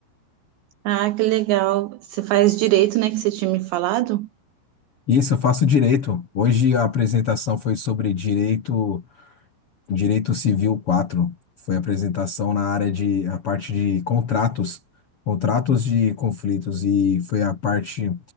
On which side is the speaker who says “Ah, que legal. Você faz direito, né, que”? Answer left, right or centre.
Right